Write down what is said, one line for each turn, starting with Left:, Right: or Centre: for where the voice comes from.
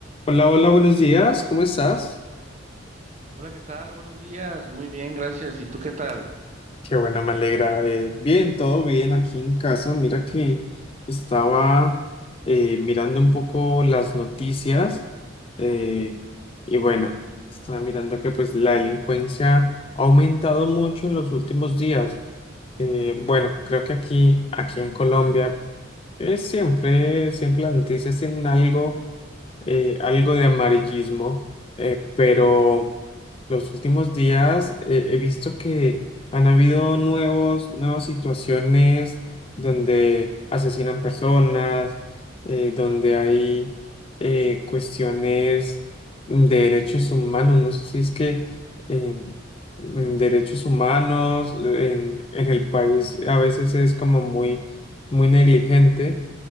Left: Hola, hola, buenos días, ¿cómo estás?
Right: Hola, ¿qué tal? Buenos días. Muy bien, gracias. ¿Y tú qué tal?
Left: Qué bueno, me alegra. eh, bien, todo bien aquí en casa. Mira que estaba eh, mirando un poco las noticias eh, y bueno, estaba mirando que pues la delincuencia ha aumentado mucho en los últimos días. Eh, bueno, creo que aquí, aquí en Colombia eh, siempre, siempre las noticias tienen algo. eh, algo de amarillismo, eh, pero los últimos días eh, he visto que han habido nuevos, nuevas situaciones donde asesinan personas, eh, donde hay eh, cuestiones de derechos humanos. No sé si es que eh, mm, derechos humanos en, en el país a veces es como muy, muy negligente